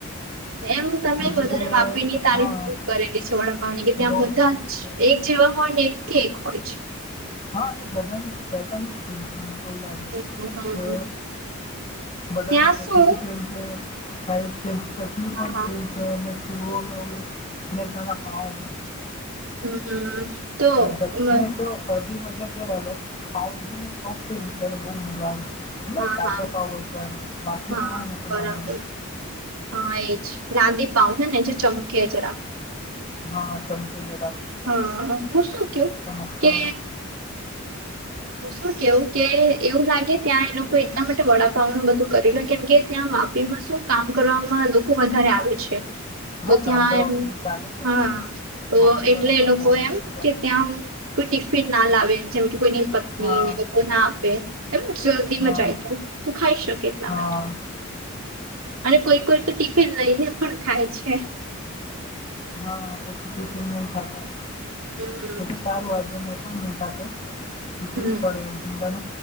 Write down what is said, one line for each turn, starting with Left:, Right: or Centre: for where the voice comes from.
Right: એમ તમે
Left: બીજું
Right: વધારે
Left: કે
Right: વાપરીની તારીફૂ
Left: હા
Right: કરેલી છે વડાપાવની કે
Left: બહુ
Right: ત્યાં બધા
Left: બહુ જ બહુ જ
Right: એક જેવા હોય ને એક થી એક હોય છે
Left: હા અને બધાની પેટર્ન જ છેમ છે મને તોવું લાગે
Right: છે હમ હમ.
Left: કે બધાની
Right: ત્યાં
Left: રેસીપી
Right: શું
Left: સેમ છે સા સે છે ચટ
Right: હા
Left: પણ
Right: હા
Left: સે છે ચૂો મેી મે ત ના ખા
Right: હમ હમ તો
Left: હ
Right: હા
Left: તો અડધી મજા ત્યારે આવે એકદમ જ સોય ને ત્યારે બહ મજા આવે એટલે
Right: હા
Left: તાજા પાવ હોય તો એમ વાસી
Right: હા
Left: પાવ હોય ને તોમ
Right: બરાબર હા એ જ રાંધી પાઉને એ ચમકેરા
Left: હા ચમકી જ
Right: હા હું શું કું
Left: ચમકતા
Right: કે
Left: હોય
Right: હું શું કેવું કે એવું લાગે ત્યાં એ લોકો એટલા માટે વડાપાવ નું બધું કરી લો કેમ કે ત્યાં વાપીમાં શું કામ કરવામાં લોકો વધારે આવે છે તો
Left: હા
Right: ત્યાં
Left: કામ કરાવો
Right: એમ
Left: ને ચાલે પણ
Right: હા
Left: છે
Right: તો
Left: નોકરીવાળા
Right: એટલે એ
Left: ઘણા
Right: લોકો
Left: હોય
Right: એમ
Left: છે
Right: કે ત્યાં કોઈ ટિફિન ના લાવે જેમ કે કોઈ પત્ની
Left: હા
Right: લોકો ના આપે એમ જલ્દી
Left: હા
Right: મજાય ત તું ખાઈ શકે
Left: હા
Right: માટે અને કોઈ કોઈ તો ટિફિન લઈને પણ ખાય છે
Left: હા પ ટિફિન નહી ખાતા
Right: હમ
Left: એ તારું આજ મે ન ક ટપ
Right: હમ
Left: પર પી ું